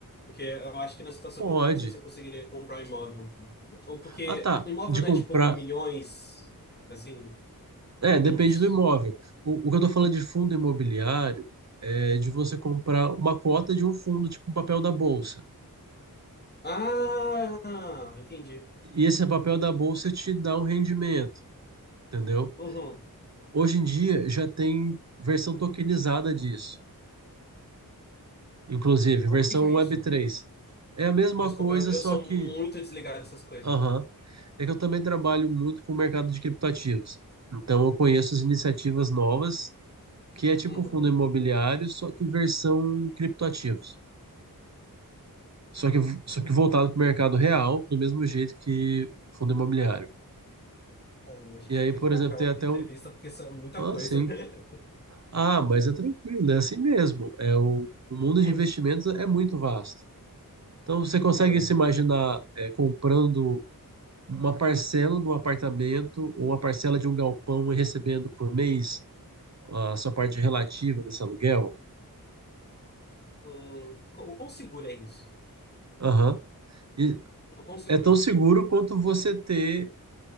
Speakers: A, on the left; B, on the right.
A: Porque eu acho que na situação
B: Pode.
A: que eu tô, não sei se eu conseguiria comprar um imóvel. Ou porque
B: Ah, tá.
A: o imóvel
B: De
A: não
B: comprar.
A: é tipo milhões, assim,
B: É,
A: alguns.
B: depende do imóvel. O, o que eu tô falando de fundo imobiliário é de você comprar uma cota de um fundo, tipo um papel da bolsa.
A: Ah, entendi.
B: E esse papel da bolsa te dá um rendimento, entendeu?
A: Uhum.
B: Hoje em dia já tem versão tokenizada disso, inclusive versão
A: O que que é
B: Web3.
A: isso?
B: É a mesma
A: Desculpa,
B: coisa,
A: eu, eu
B: só
A: sou
B: que,
A: muito desligado dessas coisas.
B: aham, é que eu também trabalho muito com o mercado de criptoativos. Então eu conheço as iniciativas novas, que é tipo
A: Uhum.
B: fundo imobiliário, só que versão criptoativos. Só que, só que voltado para o mercado real, do mesmo jeito que fundo imobiliário.
A: Bom, a gente
B: E aí,
A: vai ter
B: por
A: que marcar
B: exemplo, tem
A: outra
B: até
A: entrevista
B: um.
A: porque são muita
B: Ah,
A: coisa.
B: sim.
A: <laughs>
B: Ah, mas é tranquilo, é assim mesmo. É o, o mundo
A: Uhum.
B: de investimentos é muito vasto. Então você consegue
A: Uhum.
B: se imaginar é, comprando uma parcela de um apartamento ou uma parcela de um galpão e recebendo por mês a sua parte relativa desse aluguel?
A: O o quão seguro é isso?
B: Aham. E
A: O quão seguro
B: é tão
A: é?
B: seguro quanto você ter